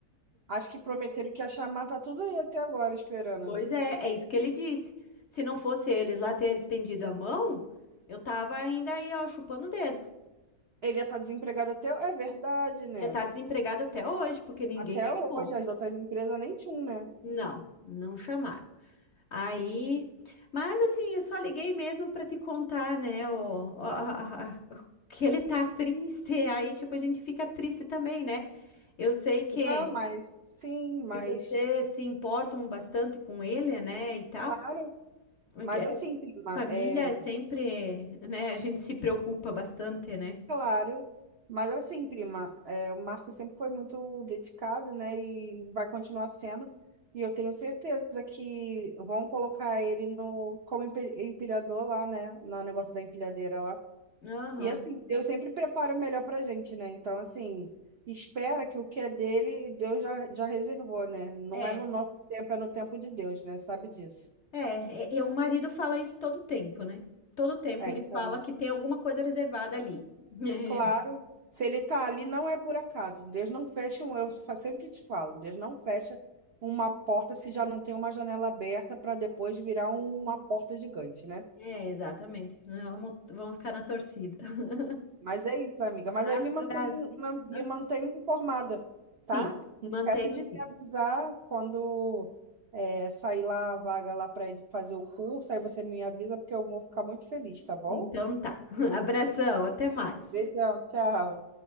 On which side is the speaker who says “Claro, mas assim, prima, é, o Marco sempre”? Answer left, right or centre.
Right